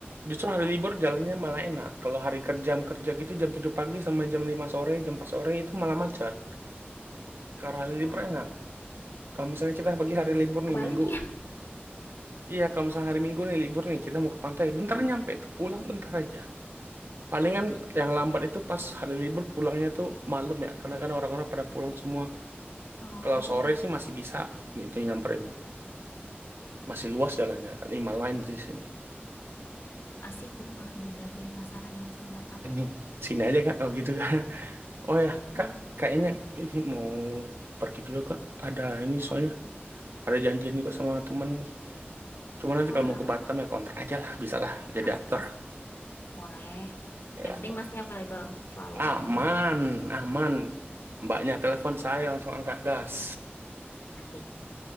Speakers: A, on the right; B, on the left.
A: Justru hari libur jalannya malah enak. Kalau hari kerja jam kerja gitu jam 7 pagi sama jam 5 sore, jam 4 sore itu malah macet. Karena hari
B: Wah,
A: libur enak. Kalau misalnya kita bagi hari libur
B: kok kebalik
A: nih minggu,
B: ya?
A: iya kalau misalnya hari minggu nih libur nih kita mau ke pantai, bentar
B: Hmm.
A: nyampe tuh pulang bentar aja. Palingan yang lambat itu pas hari libur pulangnya tuh malam ya, karena kan orang-orang pada pulang semua.
B: Oh,
A: Kalau sore sih masih bisa gitu nyamperin. Masih luas jalannya, lima line di sini.
B: asik dong. Ah, benar-benar jadi penasaran ini sama Batam.
A: Hmm. Sini aja kak, oh gitu kak. Oh ya,
B: Ayo,
A: kak, kayaknya ini mau pergi dulu kak. Ada ini soalnya,
B: oke.
A: ada janjian juga sama temen. Cuma nanti
B: Oh, alah.
A: kalau mau ke Batam ya kontrak aja lah, bisa lah, jadi
B: Asik-asik.
A: aktor.
B: Boleh.
A: Ya.
B: Yang penting masnya available selalu
A: Aman,
B: kok aku mau ke Batam.
A: aman. Mbaknya telepon saya langsung angkat gas.
B: Asik.